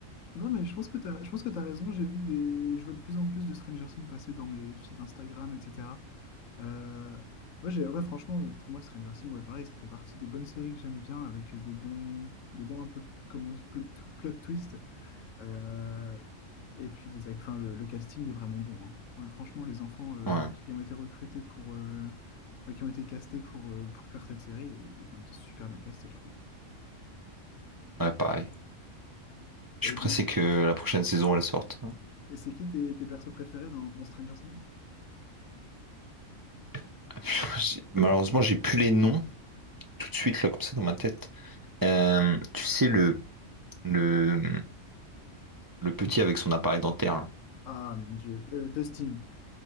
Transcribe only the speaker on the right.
Ouais,
ouais, pareil. Je
suis pressé
que la prochaine saison elle sorte.
<laughs> J'ai- Malheureusement, j'ai plus les noms tout de suite là comme ça dans ma tête. Euh, tu sais, le, le, le petit avec son appareil dentaire, là.